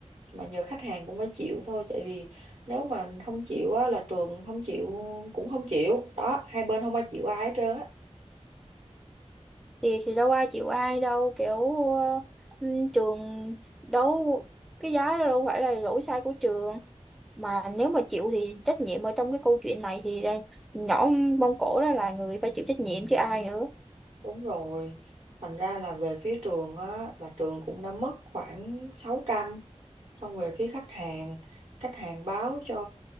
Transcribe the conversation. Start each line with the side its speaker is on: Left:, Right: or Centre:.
Right: mà giờ khách hàng cũng phải chịu thôi tại vì nếu mà không chịu á là trường không chịu cũng không chịu đó hai bên không ai chịu ai hết trơn á
Centre: thì, thì đâu ai chịu ai đâu kiểu ờ, ừm, trường đâu cái giá đó đâu phải là lỗi sai của trường mà nếu mà chịu thì trách nhiệm ở trong cái câu chuyện này thì là nhỏ Mông Cổ đó là người phải chịu trách nhiệm chứ ai nữa
Right: Đúng rồi. Thành ra là về phía trường á, là trường cũng đã mất khoảng 600. Xong về phía khách hàng, khách hàng báo cho